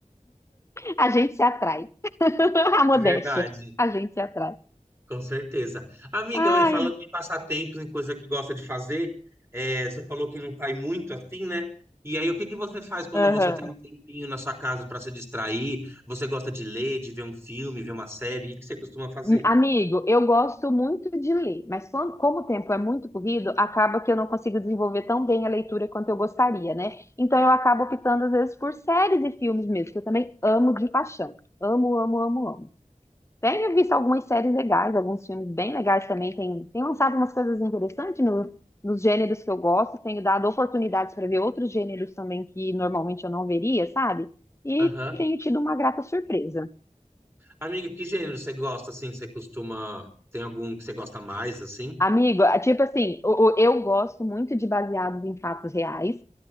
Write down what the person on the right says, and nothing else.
Verdade,
com certeza. Amiga,
olha, falando de passatempos, em coisa que gosta de fazer, é, você falou que não sai muito assim, né? E aí, o que que você faz quando
você tem um tempinho na sua casa para se distrair? Você gosta de ler, de ver um filme, ver uma série? O que você costuma fazer?
Aham.
Amiga, que gênero você gosta, assim? Você costuma... Tem algum que você gosta mais, assim?